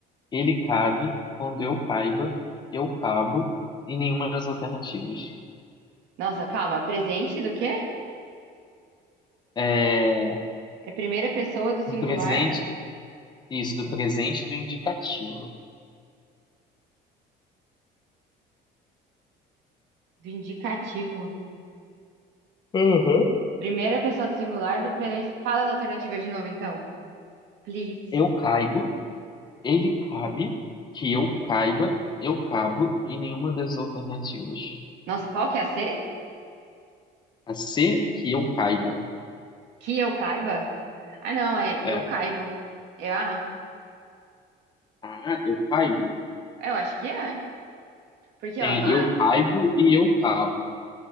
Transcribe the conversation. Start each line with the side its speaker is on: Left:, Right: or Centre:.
Left: ele cabe, quando eu caiba, eu cabo, e nenhuma das alternativas.
Right: Nossa, calma. Presente do quê?
Left: É,
Right: É primeira pessoa do singular
Left: no presente, isso, do presente do indicativo.
Right: do indicativo.
Left: Uhum.
Right: Primeira pessoa do singular do presente. Fala as alternativas de novo, então. Please.
Left: Eu caibo, ele cabe, que eu caiba, eu cabo e nenhuma das alternativas.
Right: Nossa, qual que é a C?
Left: A C, que eu caiba.
Right: Que eu caiba? Ah, não, é
Left: É.
Right: eu caibo. É a.
Left: A, A, eu caibo.
Right: Eu acho que é. Porque,
Left: Tem
Right: ó, a,
Left: eu caibo e eu cabo.